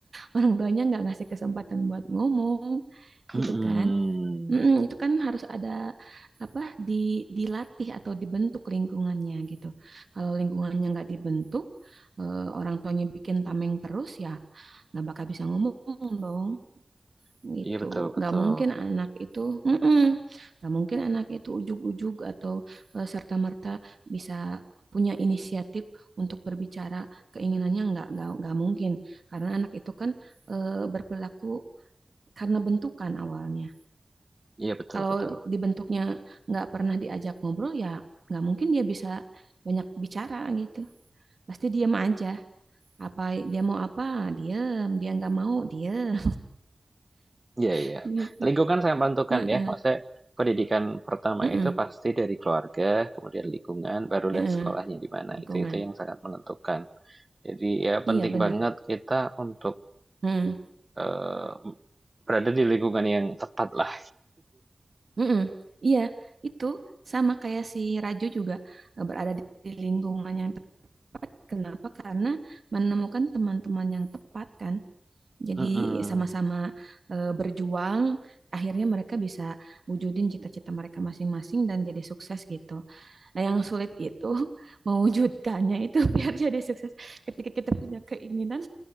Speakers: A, on the right; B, on the right.
A: orang tuanya nggak ngasih kesempatan buat ngomong
B: Mm-mm.
A: gitu kan Mm-mm, itu kan harus ada apa di dilatih atau dibentuk lingkungannya gitu. Kalau lingkungannya nggak dibentuk, eh, orang tuanya bikin tameng terus ya nggak bakal bisa ngomong dong gitu.
B: Iya betul betul.
A: Nggak mungkin anak itu, mm-mm, nggak mungkin anak itu ujug-ujug atau eh, serta-merta bisa punya inisiatif untuk berbicara keinginannya nggak nggak nggak mungkin karena anak itu kan eh, berperilaku karena bentukan awalnya
B: Iya betul
A: kalau
B: betul.
A: dibentuknya nggak pernah diajak ngobrol ya nggak mungkin dia bisa banyak bicara gitu. Pasti diam aja. Apa dia mau apa? Diam. Dia nggak mau diam
B: Iya
A: <laughs>
B: iya.
A: gitu.
B: Lingkungan sangat menentukan
A: Heeh.
B: ya. Maksudnya pendidikan pertama
A: Heeh.
B: itu pasti dari keluarga, kemudian lingkungan, barulah
A: Heeh.
B: sekolahnya di mana.
A: Lingkungan.
B: Itu itu yang sangat menentukan. Jadi ya penting
A: Iya benar.
B: banget kita untuk
A: Heeh.
B: eh, berada di lingkungan yang tepat lah.
A: Heeh. Iya itu sama kayak si Raju juga eh, berada di di lingkungan yang tepat. Kenapa? Karena menemukan teman-teman yang tepat kan. Jadi
B: <laughs> Mm-mm.
A: sama-sama eh, berjuang, akhirnya mereka bisa wujudin cita-cita mereka masing-masing dan jadi sukses gitu. Nah, yang sulit itu mewujudkannya itu <laughs> biar jadi sukses. Ketika kita punya keinginan,